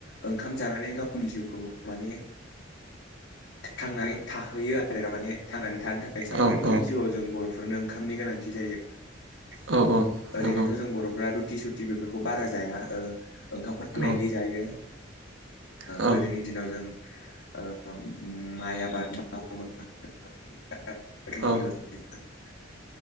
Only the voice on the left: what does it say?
ओंखाम जानानै गांव गावनि जिउखौ माने थांनानै थाहैयो आरो ना माने थांनानै थानो थाखाय सानफ्रामबोनि
जिउआव जों बर'फोरनो ओंखामनि गोनांथि जायो।
ओरैनोथ'
जों बर'फोरा रु ति सुत बेफोरखौ बारा जाया ओ ओंखामखौनो
मेनलि जायो।
गोदोनि दिनाव जों ओ मय आबाद मावो आरो
<unintelligible>